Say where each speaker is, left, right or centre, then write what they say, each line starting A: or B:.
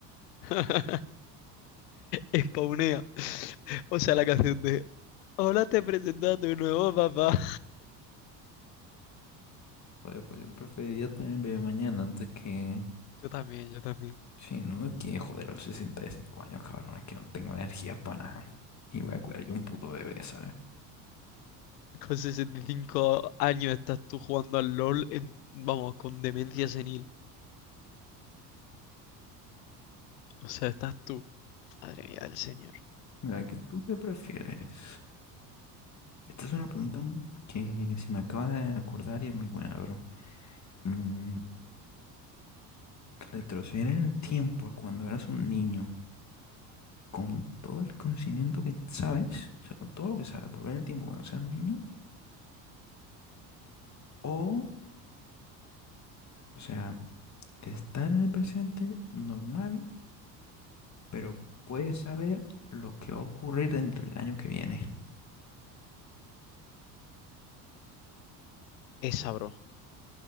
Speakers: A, on the left; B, on the left.
A: <laughs> Spawnea. O sea, la canción de Hola, te presento a tu nuevo papá.
B: Joder, pues yo preferiría tener el bebé mañana antes que...
A: Yo también, yo también.
B: Sí, no, es que joder, a los 65 años, cabrón, es que no tengo energías para nada. Y voy a cuidar yo un puto bebé, ¿sabes?
A: Con 65 años estás tú jugando al LOL en, vamos, con demencia senil. O sea, estás tú. Madre mía del señor.
B: Mira, ¿qué tú qué prefieres? Esta es una pregunta mu- que se me acaba de acordar y es muy buena, bro. Mm, retroceder en el tiempo a cuando eras un niño con todo el conocimiento que sabes, o sea, con todo lo que sabes, volver en el tiempo cuando seas niño, o, o sea, estar en el presente normal, pero puedes saber lo que va a ocurrir dentro del año que viene,
A: Esa, bro.